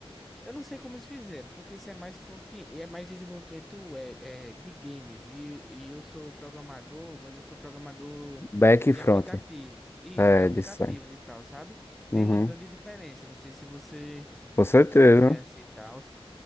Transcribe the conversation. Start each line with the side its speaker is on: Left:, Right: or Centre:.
Centre: Eu não sei como eles fizeram, porque isso é mais front-end, é mais desenvolvimento web, é, de games. E, e eu sou programador, mas eu sou programador
Left: back
Centre: de
Left: e front.
Centre: aplicativos. Isso,
Left: É,
Centre: de aplicativos
Left: design.
Centre: e tal, sabe? Tem
Left: Uhum.
Centre: uma grande diferença. Não sei se você
Left: Com certeza.
Centre: conhece e tal.